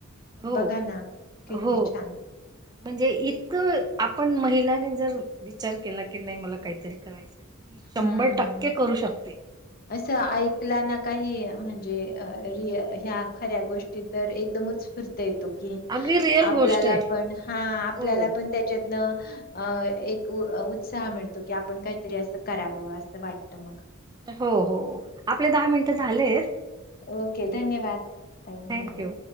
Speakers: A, on the right; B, on the left.
A: हो
B: बघा ना कीती
A: हो
B: छान
A: म्हणजे इतकं आपण महिलाने जर विचार केला की नाही मला काहीतरी करायचंय ती शंभर
B: हम्म
A: टक्के करू शकते
B: असं ऐकला ना काही म्हणजे अ.. रि- ह्या खऱ्या गोष्टी तर एकदम उच फूर्थ येतो कि
A: अगदी रिअल
B: आपल्याला
A: गोष्ट आहे
B: पण हा.. आपल्याला
A: हो
B: पण त्याच्यातनं अ एक अ.. अ उत्साह मिळतो की आपण काहीतरी असं करावं असं वाटतं मग
A: हो हो आपले दहा मिनट झालेत
B: ओके धन्यवाद धन्यवा
A: थँक्यू